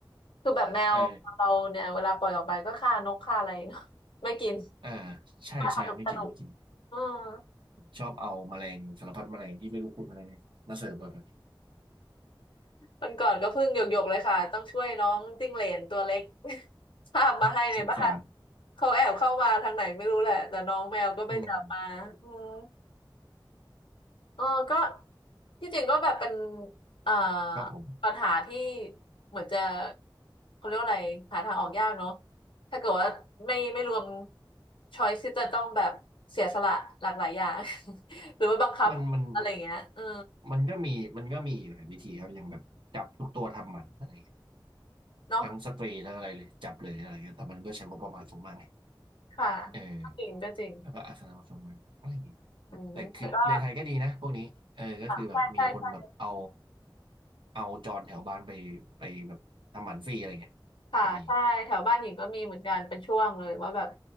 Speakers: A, on the left; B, on the right.
A: คือแบบแมวเราเนี่ยเวลาปล่อยออกไปก็ฆ่านกฆ่าอะไรเนาะไม่กิน
B: เอออ่าใช่ใช่ไม่กินไม่กิน
A: สนุกสนุกอืม
B: ชอบเอาแมลงสารพัดแมลงที่ไม่รู้คุณอะไรมาเสิร์ฟบ่อย
A: วันก่อนก็เพิ่งหยกๆเลยค่ะต้องช่วยน้องจิ้งเหลนตัวเล็ก <laughs> คาบมาให้ในบ้าน
B: ๆสงสาร
A: เขาแอบเข้ามาทางไหนไม่รู้แหละแต่น้องแมวก็ไปจับมาอืม
B: อืม
A: เออก็ที่จริงก็แบบเป็นเอ่อ
B: ครับผม
A: ปัญหาที่เหมือนจะเขาเรียกว่าอะไรหาทางออกยากเนาะถ้าเกิดว่าไม่ไม่รวมช้อยที่จะต้องแบบเสียสละหลากหลายอย่าง <laughs> หรือว่าบังคับอะไรอย่างเงี้ยเออ
B: มันมัน มันก็มีมันก็มีอยู่หลายวิธีครับอย่างแบบจับทุกตัวทำหมันอะไรอย่างเงี้ย
A: เนาะ
B: ทั้งสเตรย์ทั้งอะไรเลยจับเลยอะไรเงี้ยแต่มันก็ใช้งบประมาณสูงมากไง
A: ค่ะ
B: เออ
A: ก็จริงก็จริง
B: แล้วก็อาสนะสูงมากอะไรอย่างเงี้ย
A: อืมแต่ก็
B: แต่คือในไทยก็ดีนะพวกนี้เออก็คือแบบมีคนแบบเอา
A: ใช่ใช่ใช่
B: เอาจรแถวบ้านไปไปแบบทำหมันฟรีอะไรเงี้ยก็มีอยู่
A: ค่ะใช่แถวบ้านหญิงก็มีเหมือนกันเป็นช่วงเลยว่าแบบ